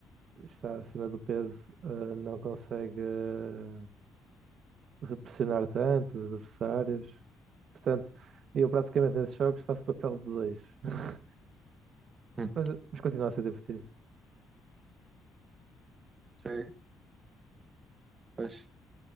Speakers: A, on the right (about 65°); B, on the right (about 35°).
A: está acima do peso, eh, não consegue eh, pressionar tanto os adversários. Portanto, eu praticamente nesses jogos faço papel de dois. <laughs>
B: Hum.
A: Mas, mas continua a ser divertido.
B: Sim. Pois,